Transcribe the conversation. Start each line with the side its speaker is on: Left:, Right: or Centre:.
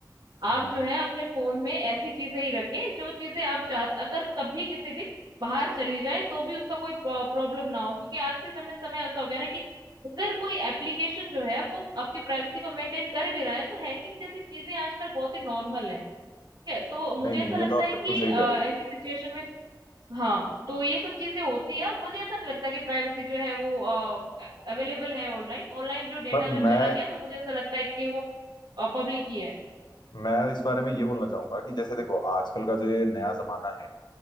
Right: आप
Left: हम्म,
Right: जो
Left: हम्म।
Right: है अपने फोन में ऐसी चीजें ही रखें जो चीजें आप चाहते अगर कभी किसी दिन बाहर चली जाए तो भी उसका कोई प्रॉब्लम ना हो क्योंकि आज के समय समय ऐसा हो गया ना कि अगर कोई एप्लीकेशन जो है वो आपकी प्राइवेसी को मेंटेन कर भी रहा है तो हैकिंग जैसी चीजें आजकल बहुत ही नॉर्मल है ठीक है तो मुझे
Left: नहीं नहीं
Right: ऐसा लगता
Left: ये तो आप
Right: है
Left: बिल्कुल
Right: कि
Left: सही
Right: अ,
Left: कह
Right: ऐसी
Left: रहे हो
Right: सिचुएशन में हाँ तो ये सब चीजें होती हैं और मुझे ऐसा नहीं लगता कि प्राइवेसी जो है वो अवेलेबल है ऑनलाइन ऑनलाइन जो डेटा
Left: पर
Right: अगर
Left: मैं
Right: चला गया तो मुझे ऐसा लगता है कि वो पब्लिक ही है
Left: मैं इस बारे में ये बोलना चाहूंगा कि जैसे देखो आजकल का जो ये नया जमाना है